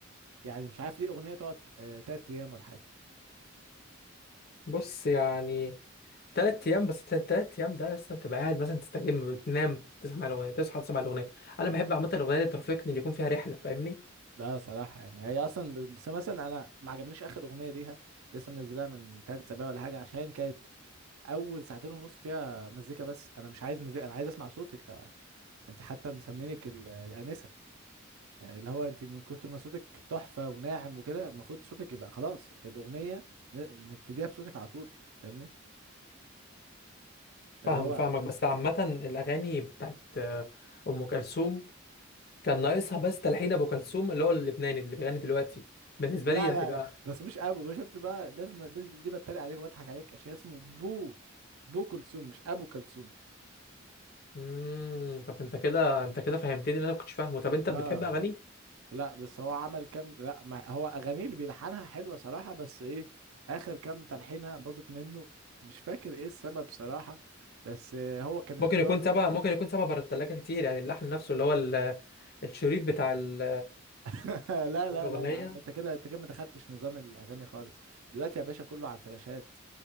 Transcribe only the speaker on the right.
يعني مش عارف ليه اغنية تقعد آه... تلات ايام ولا حاجة
ده صراحة يعني هي أصلا ب- بس مثلا أنا ما عجبنيش آخر أغنية ليها لسه منزلها من تلات أسابيع ولا حاجة عشان كانت أول ساعتين ونص فيها مزيكا بس أنا مش عايز مزيكا أنا عايز أسمع صوتك آه، أنت حتى مسمينك ال- الآنسة يعني اللي هو أنت من كتر ما صوتك تحفة وناعم وكده المفروض صوتك يبقى خلاص الأغنية ن- نبتديها بصوتك على طول فاهمني اللي
هو
لا
لا
لا بس مش أبو بقى شفت بقى لازم ليه بتريق عليك وبضحك عليك عشان اسمه بو بو كلثوم مش أبو كلثوم
اه
لا بس هو عمل كام لا ما هو اغانيه اللي بيلحنها حلوه صراحه بس ايه اخر كام تلحينه باظت منه مش فاكر ايه السبب صراحه بس آه، هو كان
اختيار
<laughs> لا لا
لا يا عم انت كده انت كده ما دخلتش نظام الاغاني خالص دلوقتي يا باشا كله على الفلاشات